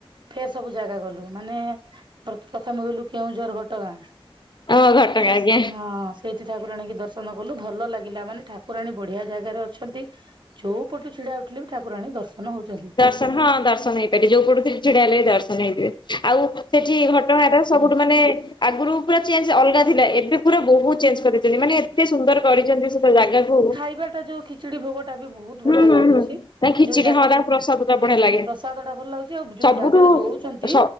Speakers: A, on the right; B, on the left.
A: ଫେ ସବୁ ଜାଗା ଗଲୁ ମାନେ ପ୍ରଥମେ ଗଲୁ କେଉଁଝର ଘଟଗାଁ।
B: ଓ ଘଟଗାଁ ଆଜ୍ଞା।
A: ସେ ହଁ। ସେଇଠି ଠାକୁରାଣୀ କି ଦର୍ଶନ କଲୁ ଭଲ ଲାଗିଲା ମାନେ ଠାକୁରାଣୀ ବଢିଆ ଜାଗାରେ ଅଛନ୍ତି। ଯୋଉ ପଟୁ ଛିଡା ଉଠିଲେ ବି ଠାକୁରାଣୀ ଦର୍ଶନ ହଉଛନ୍ତି।
B: ତ ହଁ ଦର୍ଶନ ହେଇପାରିବ ଯୋଉ ପଟୁଥିଲି ଛିଡିଆ ହେଲେ ବି ଦର୍ଶନ ହେଇଥିବେ ଆଉ। ସେଠି ଘଟଗାରେ ସବୁଠୁ
A: ହୁଁ
B: ମାନେ ଆଗରୁ ପୁରା ଚେଞ୍ଜ ଅଲଗା ଥିଲା ଏବେ ପୁରା ବହୁତ ଚେଞ୍ଜ କରିଦେଇଛନ୍ତି ମାନେ ଏତେ ସୁନ୍ଦର କରିଛନ୍ତି ସେ ଜାଗାକୁ।
A: ଏବେ ତ ଯୋଉ। ଖିଚୁଡ଼ି ଭୋଗଟା ବି ବହୁତ
B: ହୁଁ
A: ବଢିଆ ଲାଗୁଛି
B: ହୁଁ। ତା ଖିଚିଡି
A: ଯୋଉ ଜାଗାରେ
B: ହଁ ତାଙ୍କ ପ୍ରସାଦ ଟା ବଢିଆ ଲାଗେ
A: ପ୍ରସାଦ ଟା ଭଲ ଲାଗୁଛି ଆଉ ଯୋଉ
B: ସବୁଠୁ
A: ଜାଗାରେ ଦଉଛ ନ୍ତି
B: ସ